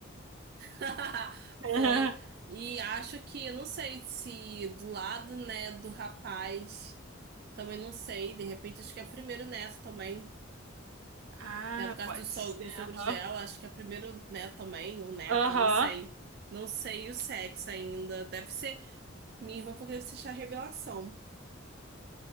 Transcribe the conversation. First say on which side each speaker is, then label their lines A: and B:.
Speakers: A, on the right; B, on the right.
A: <laughs>
B: <laughs>
A: Foi. E acho que, eu não sei se do lado, né, do rapaz, também não sei, de repente acho que é o primeiro neto também,
B: Ah,
A: né, do caso
B: pode
A: dos, so
B: ser.
A: dos sogros
B: Aham.
A: dela, acho que é o primeiro neto também, ou neta,
B: Aham.
A: não sei. Não sei o sexo ainda, deve ser, minha irmã falou que deve ser a revelação,